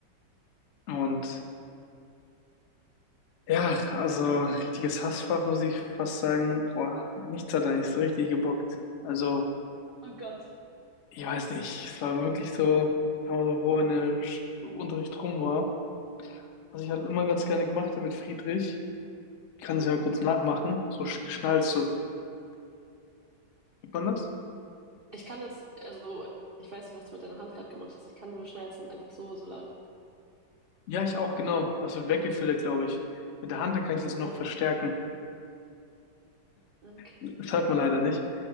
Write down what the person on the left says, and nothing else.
Und ja, also richtiges Hassfach, muss ich fast sagen. Boah, nichts hat eigentlich so richtig gebockt. Also,
ich weiß nicht. Es war wirklich so, ich war so froh, wenn der Sch- Unterricht rum war. Was ich halt immer ganz gerne gemacht habe mit Friedrich. Ich kann das
ja mal kurz nachmachen. So sch- geschnallt, so. Sieht man das?
Ja, ich
auch, genau. Also weggefiltert, glaube ich. Mit der Hand, dann kann ich das noch
verstärken.
Das hat man leider nicht.